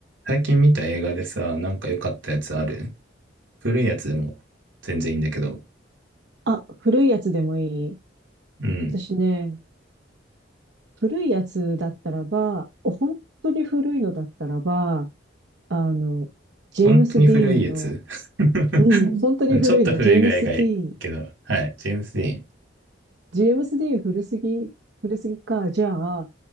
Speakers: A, on the right (about 80°); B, on the right (about 65°).
A: 最近見た映画でさ、なんか良かったやつある古いやつでも全然いいんだけど。
B: あ、古いやつでもいい。
A: うん。
B: 私ね、古いやつだったらば、本当に古いのだったらば、あの、ジェームス・
A: 本当に古いやつ。
B: ディーンの、
A: <laughs>
B: うん、本当に古いの、
A: ちょっと古いぐらいがいいけど。
B: ジェームス・ディーン。
A: はい。ジェームス・ディーン。
B: ジェームス・ディーン古すぎ、古すぎか。じゃあ、